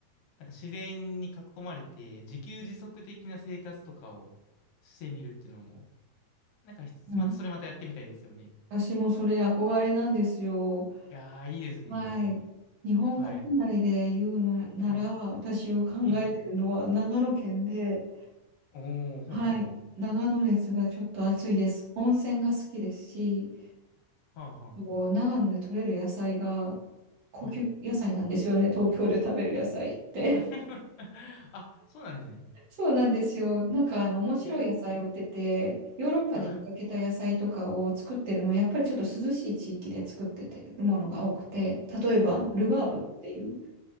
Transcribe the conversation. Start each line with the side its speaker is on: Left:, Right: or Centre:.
Left: なんか自然に囲まれて、自給自足的な生活とかをしてみるっていうのも、なんかひつ、
Right: うん。
Left: またそれまたやってみたいですよね。い
Right: 私もそれ憧れなんですよ。
Left: やー、いいですね。
Right: はい。日本国内で言うのなら、
Left: はい。はい。
Right: 私が考えてるのは長野県で、
Left: ええ。おー、ほんほんほん。
Right: はい。長野熱がちょっと暑いです。温泉が好きですし、
Left: はあは
Right: こう長野で採れる野菜が高級野菜なんですよね。
Left: あ。はい。
Right: 東京で食べる野菜って。
Left: <laughs> あ、そうなんですね。
Right: <laughs> そうなんですよ。なんかあの面白い野菜を売ってて、
Left: ええ、
Right: ヨーロッパで見かけた野菜とかを作ってるのは、
Left: はい。
Right: やっぱりちょっと涼しい地域で作っててるものが多くて、例えばあのルバーブっていう、
Left: ああ。